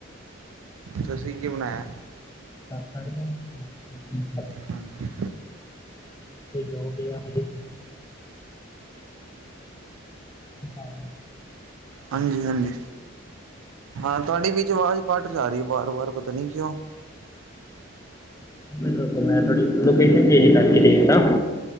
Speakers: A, on the right; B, on the left.
A: ਤੁਸੀਂ ਕੀ ਬਣਾਇਆ
B: ਦ ਸਕਦੇ ਹ ਕੀ ਖ
A: ਹਾਂਜੀ
B: ਕੋਈ ਜੋ ਗਿਆ ਆ ਹਜੇ। ਹਾਂਜੀ।
A: ਹਾਂਜੀ ਹਾਂਜੀ ਹਾਂ ਤੁਹਾਡੀ ਵਿੱਚ ਆਵਾਜ਼ ਘੱਟ ਜਾ ਰਹੀ ਹੈ ਵਾਰ ਵਾਰ ਪਤਾ ਨਹੀਂ ਕਿਉਂ?
B: ਮਲ ਮੈਂ ਤੁਥਹਾੜੀ ਲੋਕੇਸ਼ਨ ਚੇਂਜ ਕਰਕੇ ਦੇਖਦਾ।